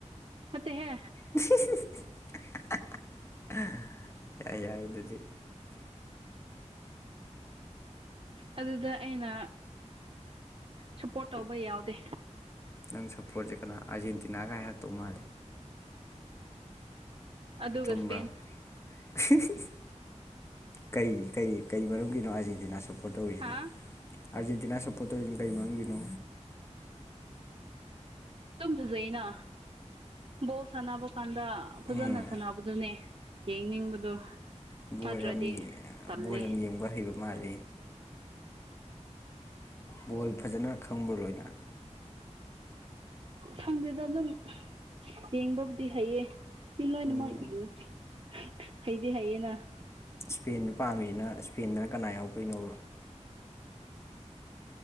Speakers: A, on the right; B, on the left.
A: ꯅꯠꯇꯦ ꯍꯦ
B: <unintelligible> ꯌꯥꯏ ꯌꯥꯏ ꯑꯗꯨꯗꯤ
A: ꯑꯗꯨꯗ ꯑꯩꯅ ꯁꯄꯣꯔꯠ ꯇꯧꯕ ꯌꯥꯎꯗꯦ
B: ꯅꯪ ꯁꯞꯄꯣꯔꯠꯁꯦ ꯀꯅꯥ ꯑꯥꯔꯖꯦꯟꯇꯤꯅꯥꯒꯥ ꯍꯥꯢꯔꯛꯇꯧ ꯃꯥꯜꯂꯦ
A: ꯑꯗꯨꯒ
B: ꯆꯨꯝꯕ꯭ꯔꯥ
A: ꯁ꯭ꯄꯦꯟ
B: <unintelligible> ꯀꯩ ꯀꯩ ꯀꯩ ꯃꯔꯝꯒꯤꯅꯣ ꯑꯔꯖꯦꯟꯇꯤꯅ ꯁꯞꯄꯣꯔꯠ ꯇꯧꯔꯤꯁꯤꯅ
A: ꯍꯥ
B: ꯑꯔꯖꯦꯟꯇꯤꯅꯥ ꯁꯞꯄꯣꯔꯠ ꯇꯧꯔꯤꯁꯤꯅ ꯀꯔꯤ ꯃꯔꯝꯒꯤꯅꯣ
A: ꯑꯗꯨꯝ ꯐꯖꯩꯩꯅ ꯕꯣꯜ ꯁꯥꯟꯅꯕ ꯀꯥꯟꯗ ꯐꯖꯅ
B: ꯎꯝ
A: ꯁꯥꯟꯅꯕꯗꯨꯅꯦ ꯌꯦꯡꯅꯤꯡꯕꯗꯣ
B: ꯑꯣꯢꯔꯝꯅꯤ
A: ꯅꯠꯇ꯭ꯔꯗꯤ ꯇꯜꯂꯦ
B: ꯕꯣꯜ ꯌꯥꯝ ꯌꯦꯡꯕ ꯍꯩꯕ ꯃꯥꯜꯂꯤ ꯕꯣꯜ ꯐꯖꯅ ꯈꯪꯕ꯭ꯔꯣ ꯂꯣꯏꯅ
A: ꯈꯪꯗꯦꯗ ꯑꯗꯨꯝ ꯌꯦꯡꯕꯕꯨꯗꯤ ꯍꯩꯌꯦ ꯃꯤ ꯂꯣꯏꯅꯃꯛ
B: ꯎꯝ
A: ꯌꯦꯡꯉ ꯍꯩꯗꯤ ꯍꯩꯌꯦꯅ
B: ꯏꯁꯄꯦꯟꯗꯨ ꯄꯥꯝꯃꯤꯅ ꯏꯁꯄꯦꯟꯗꯅ ꯀꯅꯥ ꯌꯥꯎꯕꯩꯅꯣ